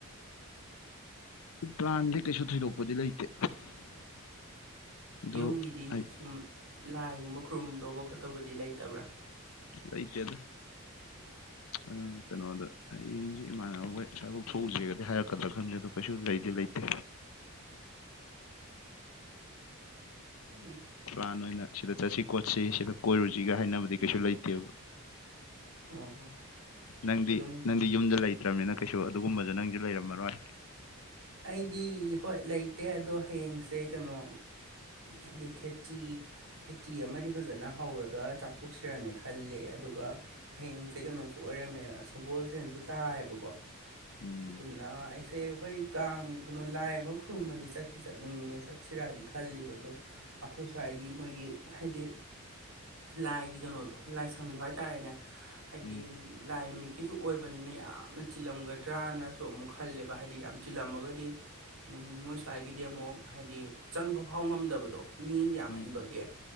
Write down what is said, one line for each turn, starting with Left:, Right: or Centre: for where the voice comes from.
Left: ꯄ꯭ꯂꯥꯟꯗꯤ ꯀꯩꯁꯨ ꯊꯣꯏꯗꯣꯛꯄꯗꯤ ꯂꯩꯇꯦ ꯑꯗꯣ
Right: ꯌꯨꯝꯒꯤꯗꯤ
Left: ꯑꯩ
Right: ꯁꯨꯝ ꯂꯥꯏꯒꯨꯝꯕ ꯈꯨꯔꯨꯝꯗꯧꯕ ꯈꯣꯠꯇꯧꯕꯗꯤ ꯂꯩꯇꯕ꯭ꯔꯥ
Left: ꯂꯩꯇꯦꯗ
Right: <unintelligible> <inaudible>
Left: ꯑ ꯀꯩꯅꯣꯗ ꯍꯌꯦꯡꯁꯦ ꯏꯃꯥꯟꯅꯕꯈꯣꯏ ꯑꯁꯥꯏꯕꯧ ꯊꯣꯛꯎꯖꯦꯒꯗꯤ ꯍꯥꯏꯔꯛꯀꯗ꯭ꯔꯥ ꯈꯪꯗꯦ ꯑꯗꯣ ꯀꯩꯁꯨ ꯂꯩꯗꯤ ꯂꯩꯇꯦ
Right: ꯎꯝ
Left: ꯄ꯭ꯂꯥꯟ ꯑꯣꯏꯅ ꯁꯤꯗ ꯆꯠꯁꯤ ꯈꯣꯠꯁꯤ ꯁꯤꯗ ꯀꯣꯏꯔꯨꯁꯤꯒ ꯍꯥꯏꯅꯕꯗꯤ ꯀꯩꯁꯨ ꯂꯩꯇꯦꯕ
Right: ꯑꯣ
Left: ꯅꯪꯗꯤ
Right: ꯑꯗꯨꯝ
Left: ꯅꯪ ꯌꯨꯝꯗ ꯂꯩꯇ꯭ꯔꯕꯅꯤꯅ ꯀꯩꯁꯨ ꯑꯗꯨꯒꯨꯝꯕꯗꯨ ꯅꯪꯗꯤ ꯂꯩꯔꯝꯃꯔꯣꯏ
Right: ꯑꯩꯗꯤ ꯍꯣꯏ ꯂꯩ ꯗꯦ ꯑꯗꯣ ꯍꯌꯦꯡꯁꯦ ꯀꯩꯅꯣ ꯍꯥꯏꯗꯤ ꯈꯦꯆꯔꯤ ꯈꯦꯆꯔꯤ ꯑꯃꯗꯤ ꯐꯖꯅ ꯍꯧꯔꯒ ꯆꯥꯊꯣꯛꯁꯤꯔꯅ ꯈꯜꯂꯦ ꯑꯗꯨꯒ ꯍꯌꯦꯡꯁꯦ ꯀꯩꯅꯣꯁꯨ ꯑꯣꯏꯔꯝꯃꯦꯕ ꯁꯒꯣꯜꯁꯦꯜꯁꯨ ꯇꯥꯏꯌꯦꯕꯀꯣ
Left: ꯎꯝ
Right: ꯑꯗꯨꯅ ꯑꯩꯁꯦ ꯍꯣꯏ ꯀꯥꯡ ꯀꯩꯅꯣ ꯂꯥꯏ ꯑꯃ ꯈꯨꯔꯨꯝꯕꯗꯤ ꯆꯠꯇꯤ ꯆꯠꯅꯤꯡꯉꯦ ꯆꯠꯁꯤꯔꯗꯤ ꯈꯜꯂꯤꯕ ꯑꯗꯣ ꯑꯩꯈꯣꯏ ꯁ꯭ꯋꯥꯏꯒꯤ ꯃꯣꯏꯒꯤ ꯍꯥꯏꯗꯤ ꯂꯥꯏꯒꯤ ꯀꯩꯅꯣꯗꯣ ꯂꯥꯏꯁꯪꯗꯣ ꯍꯥꯏꯇꯥꯔꯦꯅꯦ ꯍꯥꯏꯗꯤ
Left: ꯎꯝ
Right: ꯂꯥꯏ ꯅꯨꯃꯤꯠꯀꯤꯁꯨ ꯑꯣꯏꯕꯅꯤꯅ ꯌꯥꯝꯅ ꯆꯤꯜꯂꯝꯒꯗ꯭ꯔꯥꯅꯁꯨ ꯑꯃꯨꯛ ꯈꯜꯂꯦꯕ ꯍꯥꯏꯗꯤ ꯌꯥꯝ ꯆꯤꯜꯂꯝꯃꯒꯗꯤ ꯎꯝ ꯃꯣꯏ ꯁ꯭ꯋꯥꯏꯒꯤꯗꯤ ꯑꯃꯨꯛ ꯍꯥꯏꯗꯤ ꯆꯪꯕ ꯐꯥꯎ ꯉꯝꯗꯕꯗꯣ ꯃꯤꯖꯦ ꯌꯥꯝꯃꯟꯕꯒꯤ
Left: ꯎꯝ